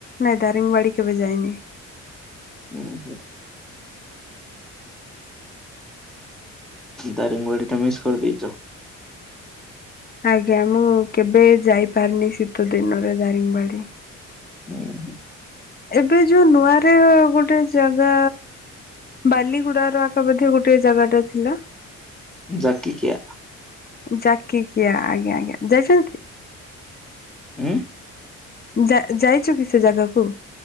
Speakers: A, on the left (about 30°); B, in the centre.
A: ନାଇଁ ଦାରିଙ୍ଗବାଡି କେବେ ଯାଇନି।
B: ହୁଁ ହୁଁ। ଦାରିଙ୍ଗବାଡ଼ି ଟା ମିସ୍ କରିଦେଇଛ।
A: ଆଜ୍ଞା ମୁଁ କେବେ ଯାଇପାରିନି ଶୀତ ଦିନରେ ଦାରିଙ୍ଗବାଡ଼ି,
B: ହୁଁଁ।
A: ଏବେ ଯୋଉ ନୂଆରେ ଗୋଟେ ଜାଗା ବାଲିଗୁଡାର ଆଖପାଧି ଗୋଟେ ଜାଗା ଟା ଥିଲା।
B: ଜାକିିକିଆ
A: ଜାକିକିଆ ଆଜ୍ଞା ଆଜ୍ଞା ଯାଇଛନ୍ତି?
B: ଉଁ
A: ଯାଇ ଯାଇଛୁ କି ସେ ଜାଗାକୁ?